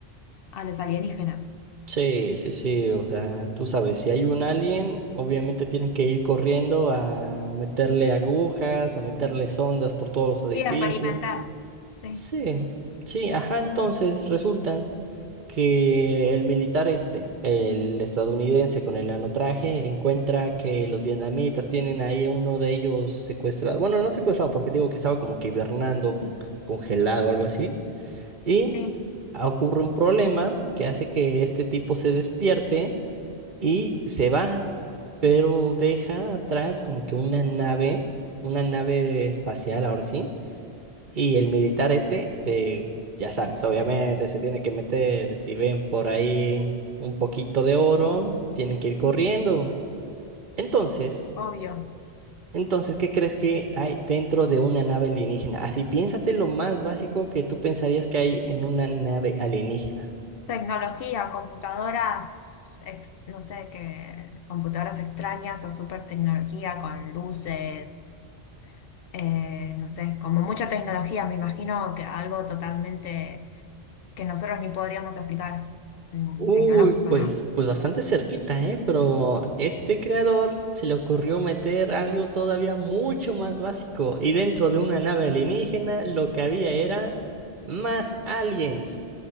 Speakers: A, on the left (about 65°); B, on the right (about 50°).
A: a los alienígenas.
B: Sí, sí, sí, o sea, tú sabes, si hay un alien, obviamente tienen que ir corriendo a meterle agujas, a meterle sondas por todos los edificios.
A: Sí, experimentar. Sí,
B: Sí, sí, ajá, entonces resulta que el militar este, el estadounidense con el anotraje, encuentra que los vietnamitas tienen ahí a uno de ellos secuestrado, bueno, no secuestrado, porque digo que estaba como que hibernando, como que congelado, algo así, y
A: sí,
B: ocurre un problema que hace que este tipo se despierte y se va, pero deja atrás como que una nave, una nave espacial, ahora sí, y el militar este, te, ya sabes, obviamente se tiene que meter, si ven por ahí un poquito de oro, tiene que ir corriendo. Entonces,
A: obvio.
B: entonces, ¿qué crees que hay dentro de una nave alienígena? Así, piénsate lo más básico que tú pensarías que hay en una nave alienígena.
A: Tecnología, computadoras, ex- no sé qué, computadoras extrañas o super tecnología con luces, eh, no sé, como mucha tecnología, me imagino que algo totalmente que nosotros ni podríamos explicar, mm,
B: Uy,
A: tecnológico,
B: pues,
A: ¿no?
B: pues bastante cerquita, ¿eh? Pero este creador se le ocurrió meter algo todavía mucho más básico. Y dentro de una nave alienígena, lo que había era más aliens.